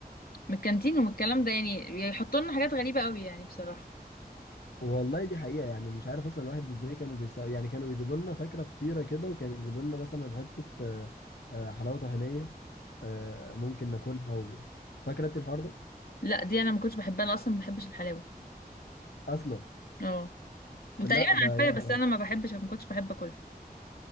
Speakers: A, on the left (about 65°); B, on the left (about 85°).
A: من الكانتين ومن الكلام ده يعني بيحطوا لنا حاجات غريبه قوي يعني بصراحه
B: والله دي حقيقة يعني مش عارف اصلا الواحد ازاي كانوا بيساوي يعني كانوا بيجيبوا لنا فاكرة فطيرة كده وكانوا يجيبوا لنا مثلا حتة آه، آه، حلاوة طحينية آه، ممكن ناكلها و... فاكرة انت الحوار ده
A: لا دي انا ما كنتش بحبها انا اصلا ما بحبش الحلاوه
B: اصلا
A: اه تقريبا
B: لا ده
A: عارفاها
B: يا نهار
A: بس انا ما بحبش ما كنتش بحب اكلها